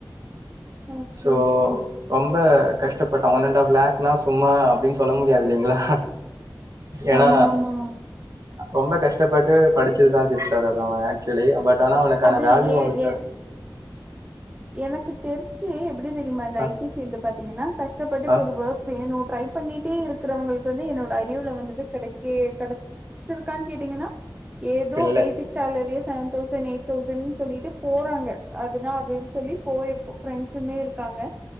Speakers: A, on the right (about 20°); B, on the right (about 50°).
A: ஓகே
B: சோ
A: ஓகே
B: ரொம்ப கஷ்டப்பட்டா ஒன் அண்ட் ஆஃப் லாக்னாஸ் சும்மா அப்டின் சொல்ல முடியாது இல்லைங்களா ஏன்னா
A: ஆமா ஆமா
B: ரொம்ப கஷ்டப்பட்டு படிச்சதுதா சிஸ்டர் அத அவ க்சுலி பட் ஆனா அவனுக்கான
A: அது
B: வேல்யூ
A: எ
B: வந்துட்டு
A: எ எனக்கு தெருஞ்சு எப்டி தெரிமா இந்த
B: ஆ
A: ஐ டி ஃபீல்டு பாத்தீங்கன்னா கஷ்டப்பட்டு இப்ப
B: ஆ
A: ஒரு வோக் வேணு ட்ரைப் பண்ணிட்டே இருக்கறவங்களுக்கு வந்து என்னோட அறிவல வந்துட்டு கெடைக்கே கெடக் சிருக்கான் கேட்டீங்கன்னா ஏதோ
B: இல்ல
A: பேசிக் சேலரியே செவன் தௌசண் எயிட் தௌசண் சொல்லிட்டு போறாங்க அதுனா அது சொல்லி போயே போ ஃப்ரெண்ட்ஸ்ங்கே இருக்காங்க